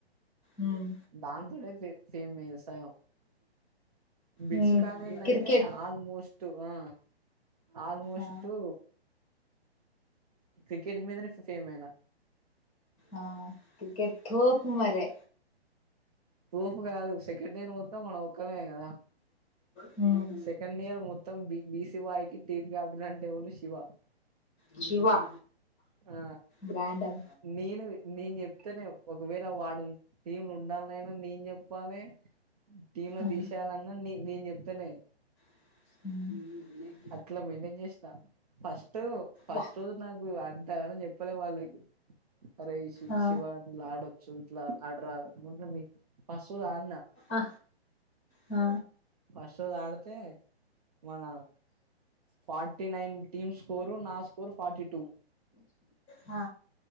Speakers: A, on the left (about 20°); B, on the right (about 35°).
A: మ్మ్
B: దానితోనే సే సేమ్ వ్యవసాయం బిడ్సు
A: మ్మ్
B: కాలన్
A: క్రికెట్
B: అయితే ఆల్మోస్ట్ ఆ ఆల్మోస్టు
A: ఆ
B: క్రికెట్ మీదనే ఫేమ్ అయినా
A: ఆ క్రికెట్ తోపు మరి
B: తోపు కాదు సెకండ్ ఇయర్ మొత్తం మనం ఒక్కళమే కదా
A: హ్మ్
B: సెకండ్ ఇయర్ మొత్తం బిసి బాయ్ కి టీమ్ క్యాప్టెన్ అంటే ఎవలు శివ
A: శివ
B: ఆ
A: బ్రాండం
B: నేను నేను చెప్తేనే ఒకవేళ వాడు టీములు ఉండాలైనా నేను చెప్ చెప్పాలి టీమ్ లో
A: ఆ
B: తీసేయాలన్నా న నేను చెప్తేనే
A: ఆ
B: అట్లా మెయింటైన్ చేసిన ఫస్ట్ ఫస్ట్
A: బా.
B: రోజు నాకు అంతగాన చెప్ ప్పిన వాళ్ళకి అరేయ్
A: ఆ
B: శివా ఇట్లా ఆడొచ్చు ఇట్లా ఆడరా మీ ఫస్టు ఆడినా
A: ఆ ఆ
B: ఫస్ట్ రోజు ఆడితే మన ఫార్టీ నైన్ టీమ్ స్కోరు నా స్కోర్ ఫార్టీ టూ
A: ఆ